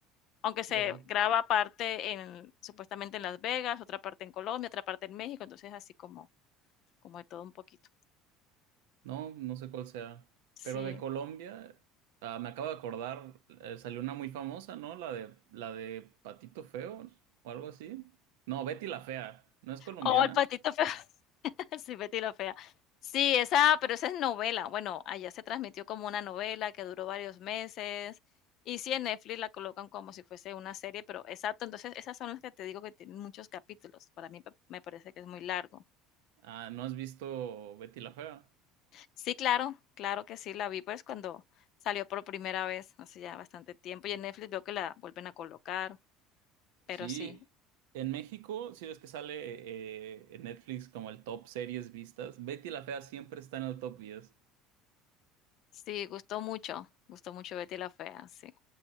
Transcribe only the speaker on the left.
aunque se
graba parte en, supuestamente en Las Vegas, otra parte en Colombia, otra parte en México, entonces así como, como de todo un poquito.
Sí.
Oh, el patito feo. <laughs> Sí, Betty la fea. Sí, esa, pero esa es novela. Bueno, allá se transmitió como una novela que duró varios meses. Y sí, en Netflix la colocan como si fuese una serie, pero exacto, entonces esas son las que te digo que tienen muchos capítulos. Para mí pa- me parece que es muy largo.
Sí, claro, claro que sí, la vi, pues, cuando salió por primera vez, hace ya bastante tiempo, y en Netflix veo que la vuelven a colocar,
pero sí,
sí, gustó mucho, gustó mucho Betty la Fea, sí.